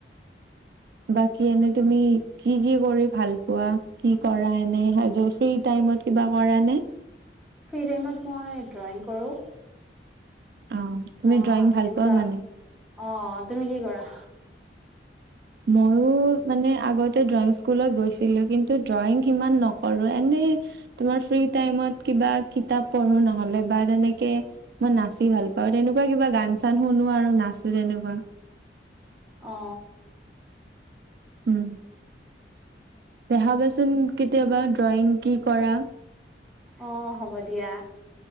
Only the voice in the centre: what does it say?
ফ্ৰী টাইমত মই ড্ৰয়িং কৰোঁ।
বা
এনেকুৱা
অঁ তুমি কি কৰা?
অঁ।
অ হ'ব দিয়া।